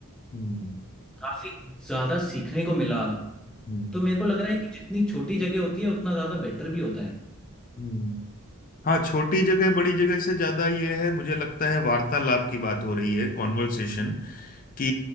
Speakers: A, on the left; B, in the centre.
A: हम्म
B: काफी ज्यादा सीखने को मिला
A: हम्म
B: तो मेरे को लग रहा है कि जितनी छोटी जगह होती है उतना ज्यादा बेटर भी होता है
A: हम्म। हाँ छोटी जगह बड़ी जगह से ज्यादा ये है मुझे लगता है वार्तालाप की बात हो रही है कॉन्वर्सेशन कि